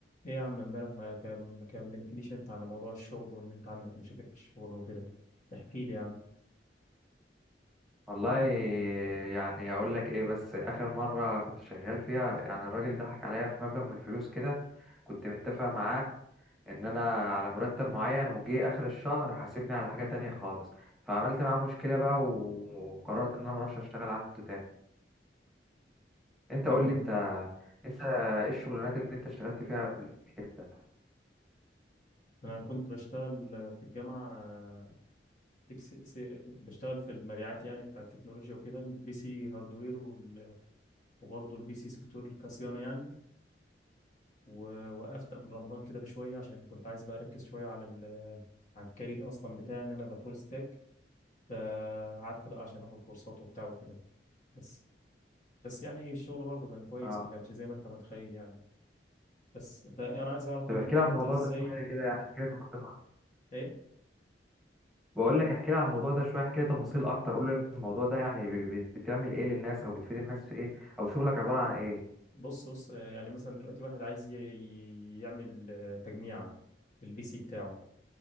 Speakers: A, on the left; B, in the centre.
A: ايه يا عم امبارح ما كام- ما كلمتنيش انت عن موضوع الشغل وان انت عندك مشاكل في الشغل وكده احكي لي يا عم
B: والله يعني اقول لك ايه بس اخر مره كنت شغال فيها يعني الراجل ضحك عليا في مبلغ من الفلوس كده كنت متفق معاه ان انا على مرتب معين وجي اخر الشهر حاسبني على حاجه تانية خالص فعملت معاه مشكله بقى و- وقررت ان انا مروحش اشتغل عنده تاني انت
A: جميل
B: قول لي انت انت ايه الشغلانات اللي انت اشتغلت فيها قبل كده
A: انا كنت بشتغل في الجامعة تكس... س- بشتغل في المبيعات يعني بتاع التكنولوجيا وكده البي سي هاردوير وال... وبرضه البي سي سوفت وير كصيانة يعني ووقفت قبل رمضان كده بشوية عشان كنت عايز بقى اركز شوية على ال... على الكارير اصلا بتاعي ان انا ابقى فول ستاك فقعدت بقى عشان اخد كورسات وبتاع وكده بس بس يعني الشغل برضه كان كويس
B: اه
A: ما كانش زي ما انت متخيل يعني بس فانا عايز اعرف
B: طب
A: منك
B: احكي
A: برضو
B: لي عن الموضوع
A: انت ازاي
B: ده شويه كده يعني احكي لي تفاصيل
A: ايه
B: بقول لك احكي لي عن الموضوع ده شويه احكي لي تفاصيل اكتر قول لي الموضوع ده يعني ب- ب- بتعمل ايه للناس او بتفيد الناس في ايه او شغلك عباره عن ايه
A: بص بص آه، يعني مثلا دلوقتي واحد عايز ي- ي- يعمل آه، تجميعة في البي سي بتاعه